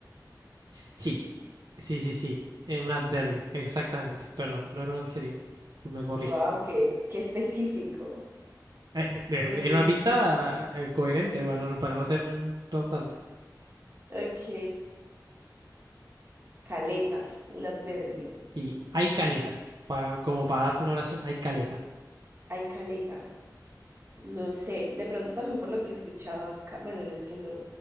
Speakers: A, on the right; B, on the right.
A: Sí, sí, sí, sí. eh, un adverbio, exactamente. Perdón, no era un adjetivo. Me corrijo.
B: wow, qué, qué específico.
A: Eh, pe- pero
B: Eh,
A: era una pista eh, coherente para, no- para no ser redundante.
B: ok, caleta, un adverbio.
A: Y hay caleta. pa- como para darte una oración, hay caleta.
B: Ay, caleta, no sé, de pronto también por lo que he escuchado acá, bueno, no es que no,